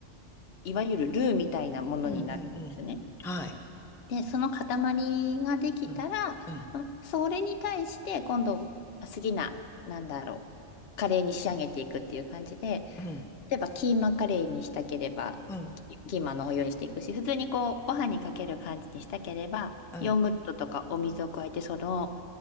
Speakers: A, on the left; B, in the centre.
A: いわゆるルーみたいなものになるんですね。
B: うんうんうん。はい。
A: で、その塊ができたら、
B: うん。うん。
A: まあ、それに対して今度好きな、なんだろう、カレーに仕上げていくっていう感じで、
B: うん。
A: 例えばキーマカレーにしたければ、
B: うん。
A: キキーマのお湯にしていくし、普通にこう、ご飯にかける感じにしたければ、
B: うん。
A: ヨーグルトとかお水を加えて、その